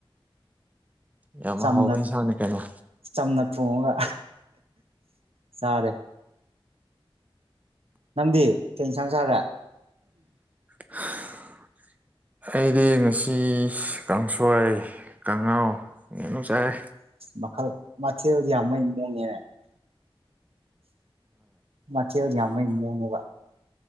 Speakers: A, on the right; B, on the right.
A: ꯌꯥꯝ
B: ꯆꯝꯅꯛ
A: ꯍꯥꯎꯕ ꯏꯟꯁꯥꯡꯅꯤ ꯀꯩꯅꯣ
B: ꯆꯝꯅꯛ ꯐꯣꯡꯉ ꯁꯔꯦ ꯅꯪꯗꯤ ꯀ ꯌꯦꯟꯁꯥꯡꯁꯥꯗ
A: <unintelligible> ꯑꯩꯗꯤ ꯉꯁꯤ ꯀꯥꯡꯁꯣꯏ ꯀꯥꯡꯉꯥꯎ ꯍꯅꯁꯔ
B: ꯃꯈꯜ ꯃꯊꯦꯜ ꯌꯥꯝ ꯃꯩ ꯃꯑꯣꯡꯅ‌ꯦ ꯃꯊ‌ꯦꯜ ꯌꯥꯝꯕꯩ ꯃꯋ‌ꯣꯡꯅ‌ꯦꯕ